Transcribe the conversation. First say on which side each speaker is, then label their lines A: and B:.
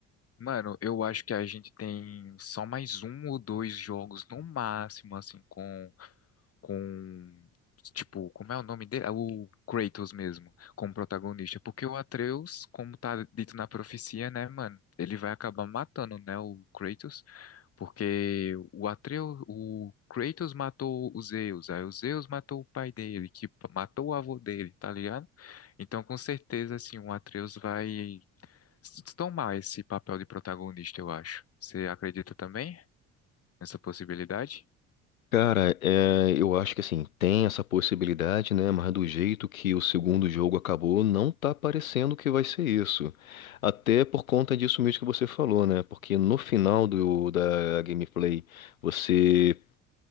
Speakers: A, on the left; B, on the left.
A: Mano, eu acho que a gente tem só mais um ou dois jogos no máximo, assim, com. com tipo, como é o nome dele? É O Kratos mesmo, como protagonista, porque o Atreus, como tá dito na profecia, né, mano, ele vai acabar matando, né, o Kratos, porque o Atreus, o Kratos matou o Zeus, aí o Zeus matou o pai dele, que p- matou o avô dele, tá ligado? Então, com certeza, assim, o Atreus vai s- tomar esse papel de protagonista, eu acho. Você acredita também nessa possibilidade?
B: Cara, é, eu acho que assim, tem essa possibilidade, né? Mas do jeito que o segundo jogo acabou, não tá parecendo que vai ser isso. Até por conta disso mesmo que você falou, né? Porque no final do, da gameplay, você